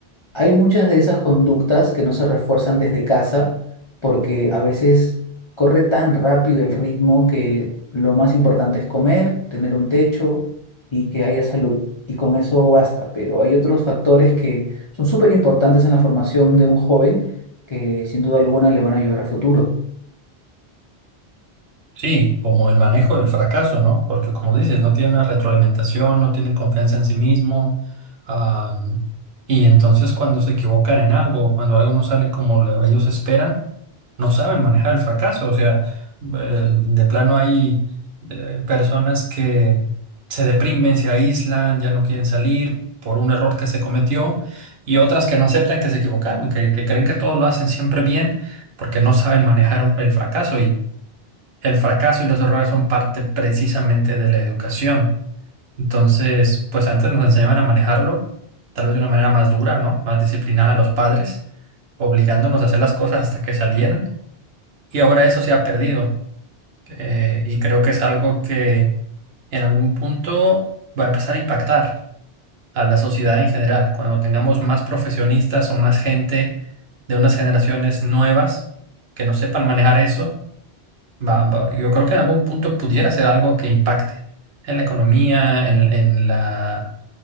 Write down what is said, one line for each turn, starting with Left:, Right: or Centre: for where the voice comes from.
Left: hay muchas de esas conductas que no se refuerzan desde casa porque a veces corre tan rápido el ritmo que lo más importante es comer, tener un techo y que haya salud. Y con eso basta. Pero hay otros factores que son súper importantes en la formación de un joven que sin duda alguna le van a ayudar a futuro.
Right: Sí, como el manejo del fracaso, ¿no? Porque como dices, no tiene una retroalimentación, no tiene confianza en sí mismo. am, y entonces cuando se equivocan en algo, cuando algo no sale como lo- ellos esperan, no saben manejar el fracaso. O sea, eh, de plano hay eh, personas que se deprimen, se aíslan, ya no quieren salir por un error que se cometió y otras que no aceptan que se equivocaron, que, que creen que todo lo hacen siempre bien porque no saben manejar un- el fracaso el fracaso y los errores son parte precisamente de la educación. Entonces, pues antes nos enseñaban a manejarlo, tal vez de una manera más dura, ¿no? Más disciplinada a los padres, obligándonos a hacer las cosas hasta que salieran. Y ahora eso se ha perdido. eh, y creo que es algo que en algún punto va a empezar a impactar a la sociedad en general. Cuando tengamos más profesionistas o más gente de unas generaciones nuevas que no sepan manejar eso Va- va- Yo creo que en algún punto pudiera ser algo que impacte en la economía, en, en la